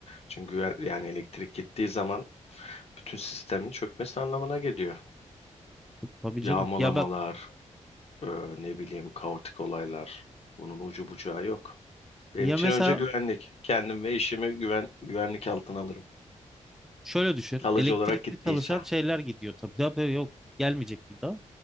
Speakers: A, on the left; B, in the centre.
A: Çünkü güven, yani elektrik gittiği zaman bütün sistemin çökmesi anlamına geliyor.
B: Tabii
A: Yağmalamalar,
B: canım. Ya bak
A: e, ne bileyim kaotik olaylar. Bunun ucu bucağı yok. Benim
B: ya
A: için
B: mesela
A: önce güvenlik. Kendim ve işimi güven güvenlik altına alırım.
B: şöyle düşün.
A: Kalıcı
B: Elektrikli
A: olarak gittiyse.
B: çalışan şeyler gidiyor tabii. Tabii yok gelmeyecek bir daha.